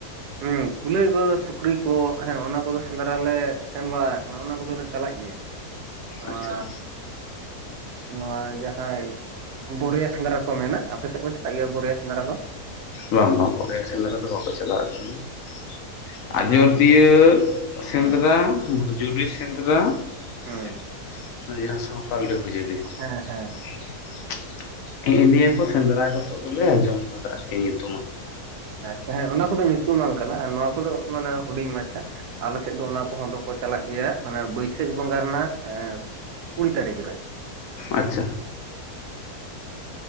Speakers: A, on the right (about 85°); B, on the left (about 70°).
A: ᱦᱮᱸ ᱠᱩᱞᱟᱹᱭ ᱠᱚ ᱥᱩᱠᱨᱤ ᱠᱚ ᱦᱮᱸ ᱚᱱᱟ ᱠᱚᱫᱚ ᱥᱮᱸᱫᱽᱨᱟ ᱞᱮ ᱥᱮᱱ ᱵᱟᱲᱟ ᱟᱠᱟᱱᱟ ᱚᱱᱟ ᱠᱚᱫᱚᱞᱮ ᱪᱟᱞᱟᱜ ᱡᱮ ᱱᱚᱣᱟ
B: ᱟᱪᱪᱷᱟ
A: ᱱᱚᱣᱟ ᱡᱟᱦᱟᱸᱭ ᱵᱳᱨᱭᱟ ᱥᱮᱸᱫᱽᱨᱟ ᱠᱚ ᱢᱮᱱᱟ ᱟᱯᱮ ᱥᱮᱫ ᱠᱚ ᱪᱟᱞᱟᱜ ᱜᱮᱭᱟ ᱵᱳᱨᱭᱟ ᱥᱮᱸᱫᱽᱨᱟ ᱠᱚ,
B: ᱵᱟᱝ ᱵᱟᱝ ᱵᱳᱨᱭᱟ ᱥᱮᱸᱫᱽᱨᱟ ᱫᱚ ᱵᱟᱠᱚ ᱪᱟᱞᱟᱣ ᱟᱠᱟᱱᱟ ᱾
A: ᱚᱱᱟ
B: ᱟᱡᱚᱫᱤᱭᱟᱹ ᱥᱮᱸᱫᱽᱨᱟ,
A: ᱦᱮᱸ
B: ᱠᱷᱩᱡᱩᱲᱤ ᱥᱮᱸᱫᱽᱨᱟ
A: ᱦᱮᱸ
B: ᱥᱮ ᱡᱟᱦᱟᱸ ᱥᱟᱶᱛᱟᱞ <unintelligible>
A: ᱦᱮᱸ ᱦᱮᱸ
B: ᱱᱤᱜ ᱱᱤᱭᱟᱹ ᱠᱚ ᱥᱮᱸᱫᱽᱨᱟ ᱜᱚᱛᱚ ᱜᱮᱞᱮ ᱟᱸᱡᱚᱢ ᱠᱟᱫᱟ ᱾ ᱟᱨᱠᱤ <inaudible>
A: ᱟᱪᱪᱷᱟ ᱦᱮᱸ ᱚᱱᱟ ᱠᱚᱫᱚ ᱧᱩᱛᱩᱢᱟᱱ ᱠᱟᱱᱟ ᱟᱨ ᱱᱚᱣᱟ ᱠᱚᱫᱚ ᱢᱟᱱᱮ ᱦᱩᱰᱤᱧ ᱢᱟᱪᱷᱟ ᱟᱞᱮ ᱥᱮᱫ ᱫᱚ ᱚᱱᱟ ᱠᱚᱦᱚᱸ ᱫᱚᱠᱚ ᱪᱟᱞᱟᱜ ᱜᱮᱭᱟ ᱢᱟᱱᱮ ᱵᱟᱹᱭᱥᱟᱹᱠᱷ ᱵᱚᱸᱜᱟ ᱨᱮᱱᱟᱜ ᱮ ᱠᱩᱲᱤ ᱛᱟᱨᱤᱠᱷ ᱨᱮ
B: ᱟᱪᱪᱷᱟ